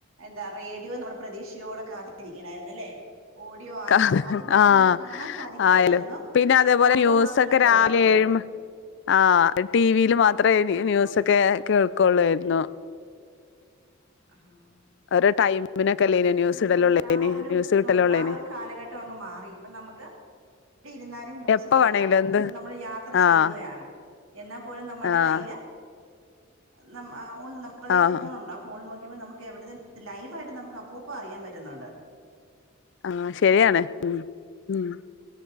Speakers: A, on the right; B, on the left.
A: എന്താ റേഡിയോ നമ്മള് പ്രതീക്ഷയോടെ കാത്തിരിക്കണായിരുന്നു അല്ലേ ഓഡിയോ ആയാ
B: ക
A: അതും പക്ഷെ
B: ആഹ്
A: നമുക്ക് കാണാൻ സാധിക്കെല്ലായിരുന്നു
B: ആയാലും പിന്നെ അതേപോലെ
A: ഓഡിയോ
B: ന്യൂസൊക്കെ
A: മാത്രല്ലേ
B: രാവിലെ
A: ഒള്ളായിരുന്നുള്ളൂ
B: ഏഴ്
A: <inaudible>
B: മ ആഹ് ടി വിലെ മാത്രമേ ന്യൂസൊക്കെ കേൾക്കൊള്ളായിരുന്നു
A: ആഹ്
B: ഓരോ ടൈമിനൊക്കെല്ലേനോ
A: ഇപ്പം
B: ന്യൂസ്
A: അങ്ങനെ
B: ഇടലുള്ളേന്
A: <unintelligible> ആഹ് ഒരു
B: ന്യൂസ് കിട്ടലുള്ളേന്
A: നൂ ആഹ് ഒരു കാലഘട്ടം അങ്ങ് മാറി അപ്പൊ നമുക്ക് എവടെ ഇരുന്നാലും ന്യൂസ്
B: എപ്പ
A: കേൾക്കാം
B: വേണെങ്കിലും എന്ത്
A: ഇപ്പൊ നമ്മള് യാത്ര
B: ആഹ്
A: ചെയ്യുകയാണ് എന്നാൽ പോലും നമ്മുടെ
B: ആഹ്
A: കയ്യില് നമ്മ ആഹ് ഒണ്ട് നമ്മുടെ കയ്യിൽ
B: ആഹ്
A: ഫോൺ ഉണ്ടാവും ഫോൺ നോക്കുമ്പോ നമക്ക് എവിടുന്ന് ലൈവായിട്ട് നമുക്ക് അപ്പപ്പോ അറിയാൻ പറ്റുന്നുണ്ട്
B: ആഹ് ശരിയാണ് ഉം ഉം